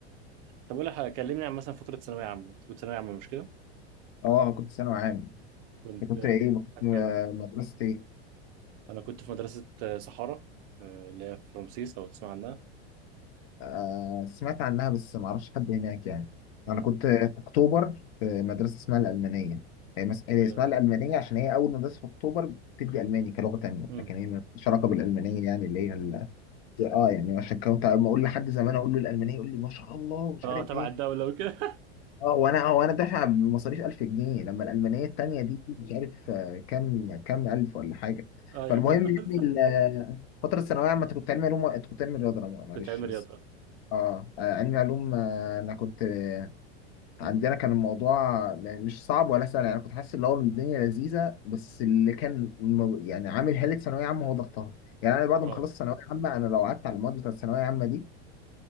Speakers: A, on the right; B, on the left.
A: طب اقول لك حاجة، كلمني عن مثلا فتره ثانويه عامه انت كنت ثانويه عامه مش كده
B: اه كنت ثانوي عام
A: كنت
B: انت كنت
A: انت
B: ايه ما كنت م-
A: كام
B: مدرسة ايه
A: انا كنت في مدرسه آه، صحارى آه، اللي هي في رمسيس لو تسمع عنها
B: آه سمعت عنها بس ما اعرفش حد هناك يعني
A: مم.
B: انا كنت في اكتوبر في مدرسة اسمها الألمانية هي مس- هي
A: لا.
B: اسمها الألمانية عشان هي أول مدرسة في أكتوبر بتدي ألماني كلغة تانية
A: مم.
B: لكن هي مالهاش علاقة
A: <laughs>
B: بالألمانية
A: اه أوكي.
B: يعني اللي هي ال... اه يعني عشان كنت أما أقول لحد زمان أقول له الألمانية يقول لي ما شاء الله ومش
A: آه،
B: عارف
A: تبع
B: إيه
A: الدوله وكده <laughs>
B: اه وانا اه وانا دافع بمصاريف 1000 جنيه لما الالمانيه التانيه دي مش عارف آه، كام كام الف ولا حاجه
A: اه يا
B: فالمهم
A: فهمت قصدك.
B: يعني ال- آه، فتره الثانويه عامه كنت علمي علوم انت كنت علمي رياضه أنا معلش
A: كنت علمي
B: بس
A: رياضه
B: اه آه، علمي علوم آه، انا كنت آه، عندنا
A: مم.
B: كان الموضوع لا- مش صعب ولا سهل يعني كنت حاسس اللي هو الدنيا لذيذه بس اللي كان م- يعني عامل حاله ثانويه عامه هو ضغطها يعني انا بعد ما
A: اه
B: خلصت ثانويه عامه انا لو قعدت على المواد بتاعت الثانويه عامه دي